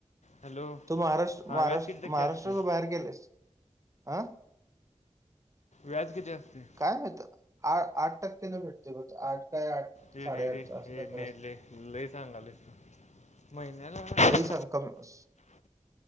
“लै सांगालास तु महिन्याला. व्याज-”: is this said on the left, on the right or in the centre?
Left